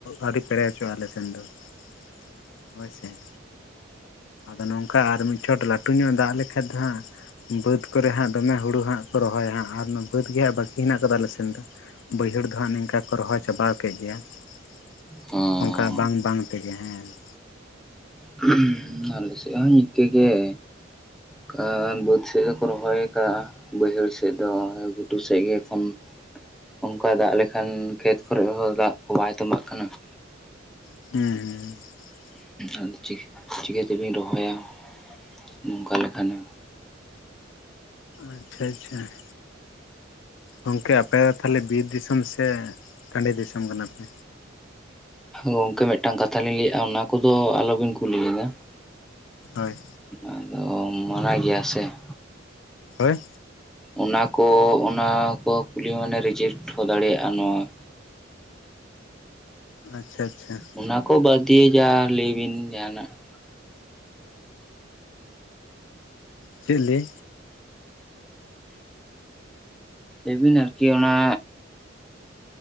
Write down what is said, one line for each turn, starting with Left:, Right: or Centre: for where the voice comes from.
Left: ᱟᱣᱨᱤ ᱯᱮᱨᱮᱡ ᱪᱚᱜᱼᱟ ᱟᱞᱮ ᱥᱮᱱ ᱫᱚ ᱾ ᱦᱳᱭ ᱥᱮ ᱾ ᱟᱫᱚ ᱱᱚᱝᱠᱟ ᱟᱨ ᱢᱤᱫ ᱪᱷᱚᱴ ᱞᱟᱹᱴᱩ ᱧᱚᱜ ᱫᱟᱜ ᱞᱮᱠᱷᱟᱡ ᱫᱚ ᱦᱟᱸᱜ ᱵᱟᱹᱫᱽ ᱠᱚᱨᱮ ᱦᱟᱸᱜ ᱫᱚᱢᱮ ᱦᱩᱲᱩ ᱦᱟᱸᱜ ᱠᱚ ᱨᱚᱦᱚᱭᱟ ᱦᱟᱸᱜ ᱟᱨ ᱚᱱᱟ ᱵᱟᱹᱫᱽ ᱜᱮ ᱦᱟᱸᱜ ᱵᱟᱹᱠᱤ ᱦᱮᱱᱟᱜ ᱟᱠᱟᱫᱟ ᱟᱞᱮ ᱥᱮᱱ ᱫᱚ ᱾ ᱵᱟᱹᱭᱦᱟᱹᱲ ᱫᱚ ᱦᱟᱸᱜ ᱱᱤᱝᱠᱟ ᱠᱚ ᱨᱚᱦᱚᱭ ᱪᱟᱵᱟᱣ ᱠᱮᱫ ᱜᱮᱭᱟ ᱾
Centre: ᱦᱚᱸ
Left: ᱚᱝᱠᱟ ᱵᱟᱝ ᱵᱟᱝ ᱛᱮᱜᱮ ᱦᱮᱸ ᱾
Centre: ᱦᱩᱸ ᱟᱞᱮ ᱥᱮᱫ ᱦᱚᱸ ᱤᱱᱠᱟᱹ ᱜᱮ ᱾ ᱠᱟᱻ ᱵᱟᱹᱫᱽ ᱥᱮᱫ ᱫᱚᱠᱚ ᱨᱚᱦᱚᱭ ᱟᱠᱟᱜᱼᱟ ᱾ ᱵᱟᱹᱭᱦᱟᱹᱲ ᱥᱮᱫ ᱫᱚ ᱜᱷᱩᱴᱩ ᱥᱮᱫ ᱜᱮ ᱮᱠᱷᱚᱱ ᱚᱝᱠᱟᱭ ᱫᱟᱜ ᱞᱮᱠᱷᱟᱱ ᱠᱷᱮᱛ ᱠᱚᱨᱮᱜ ᱦᱚᱸ ᱫᱟᱜ ᱠᱚ ᱵᱟᱭ ᱛᱚᱸᱵᱟᱜ ᱠᱟᱱᱟ ᱾
Left: ᱦᱩᱸ ᱦᱩᱸ ᱾
Centre: ᱟᱫᱚ ᱪᱤᱠᱟᱹ-ᱪᱤᱠᱟᱹᱛᱮᱵᱤᱱ ᱨᱚᱦᱚᱭᱟ ᱱᱚᱝᱠᱟ ᱞᱮᱠᱷᱟᱱᱮ?
Left: ᱟᱪᱷᱟ ᱟᱪᱷᱟ ᱾ ᱜᱚᱝᱠᱮ ᱟᱯᱮ ᱫᱚ ᱛᱟᱦᱚᱞᱮ ᱵᱤᱨ ᱫᱤᱥᱚᱢ ᱥᱮ ᱴᱟᱸᱰᱤ ᱫᱤᱥᱚᱢ ᱠᱟᱱᱟ ᱯᱮ?
Centre: ᱜᱚᱝᱠᱮ ᱢᱤᱫᱴᱟᱝ ᱠᱟᱛᱷᱟ ᱞᱤᱧ ᱞᱟᱹᱭᱮᱜᱼᱟ ᱚᱱᱟ ᱠᱚᱫᱚ ᱟᱞᱚᱵᱤᱱ ᱠᱩᱞᱤ ᱞᱤᱧᱟ ᱾
Left: ᱦᱳᱭ ᱾
Centre: ᱚᱱᱟ ᱫᱚ ᱢᱟᱱᱟ ᱜᱮᱭᱟ ᱥᱮ ᱾
Left: ᱦᱳᱭ ᱾
Centre: ᱚᱱᱟ ᱠᱚ ᱚᱱᱟ ᱠᱚ ᱠᱩᱞᱤ ᱢᱟᱱᱮ ᱨᱤᱡᱮᱠᱴ ᱦᱚᱸ ᱫᱟᱲᱮᱭᱟᱜᱼᱟ ᱱᱚᱣᱟ ᱾
Left: ᱟᱪᱷᱟ ᱟᱪᱷᱟ ᱾
Centre: ᱚᱱᱟ ᱠᱚ ᱵᱟᱫᱽ ᱫᱤᱭᱮ ᱡᱟ ᱞᱟᱹᱭᱵᱤᱱ ᱡᱟᱦᱟᱱᱟᱜ ᱾
Left: ᱪᱮᱫ ᱞᱤᱭᱮ?
Centre: ᱞᱮᱵᱤᱱ ᱟᱨᱠᱤ ᱚᱱᱟ